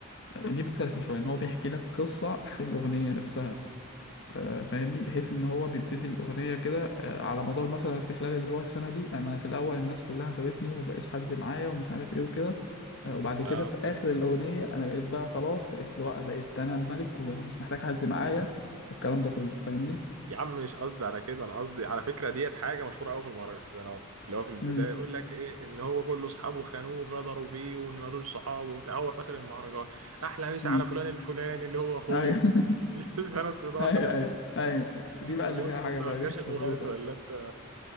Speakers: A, on the left (about 55°); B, on the right (about 70°).
A: دي مختلفة شوية ان هو بيحكي لك قصة في الأغنية نفسها آه، فاهمني بحيث ان هو بيبتدي الأغنية كده آه، على مدار مثلا في خلال اللي هو السنة دي انا في الأول الناس كلها سابتني ومبقاش حد معايا ومش عارف ايه وكده آه، وبعد كده
B: اه
A: في آخر الأغنية انا بقيت بقى خلاص بقيت لو بقيت انا الملك ومش محتاج حد معايا والكلام ده كله فاهمني
B: يا عم مش قصدي على كده انا قصدي على فكره ديت حاجه مشهوره قوي في المهرجانات اللي هو في البدايه
A: امم
B: يقول لك ايه ان هو كل اصحابه خانوه وغدروا بيه وان ملوش صحاب وبتاع هو في اخر المهرجان احلى مسا
A: امم
B: على فلان الفلاني اللي هو اخويا
A: ايوه <laughs>
B: اللي <laughs> سند في ظهري
A: ايوه ايوه
B: <laughs>
A: ايوه دي بقى
B: طب
A: اللي
B: يا
A: فيها
B: اسطى
A: حاجة
B: انت
A: غريبة
B: مالكاش
A: مش
B: اخوات
A: مظبوطة
B: ولا انت